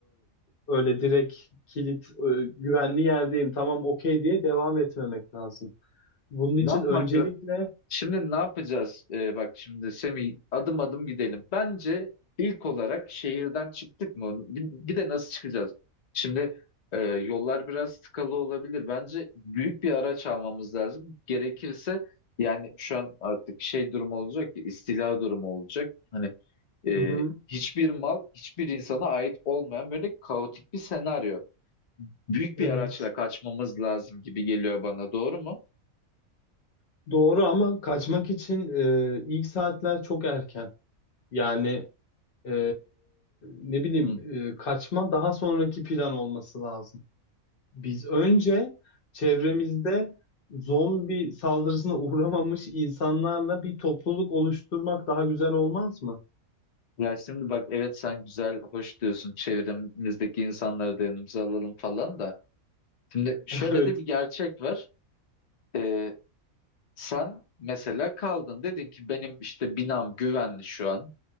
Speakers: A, on the left; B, on the left.
A: öyle direkt kilit e, güvenli yerdeyim tamam okey diye devam etmemek lazım. Bunun
B: Ne
A: için
B: yapmak
A: öncelikle
B: lazım? Şimdi ne yapacağız? Ee, bak şimdi Semih adım adım gidelim. Bence ilk olarak şehirden çıktık mı? Bir, bir de nasıl çıkacağız? Şimdi e, yollar biraz sıkalı olabilir. Bence büyük bir araç almamız lazım. Gerekirse yani şu an artık şey durumu olacak ki istila durumu olacak. Hani e,
A: Hı hı,
B: hiçbir mal hiçbir insana ait olmayan böyle kaotik bir senaryo. Büyük
A: evet.
B: bir araçla kaçmamız lazım gibi geliyor bana. Doğru mu?
A: Doğru ama kaçmak için e, ilk saatler çok erken. Yani e, ne bileyim
B: Hı.
A: e, kaçma daha sonraki plan olması lazım. Biz önce çevremizde zombi saldırısına <laughs> uğramamış insanlarla bir topluluk oluşturmak daha güzel olmaz mı?
B: Ya şimdi bak evet sen güzel, hoş diyorsun çevremizdeki insanları da yanımıza alalım falan da. Şimdi şöyle
A: <laughs> Evet.
B: de bir gerçek var. Ee, sen mesela kaldın dedin ki benim işte binam güvenli şu an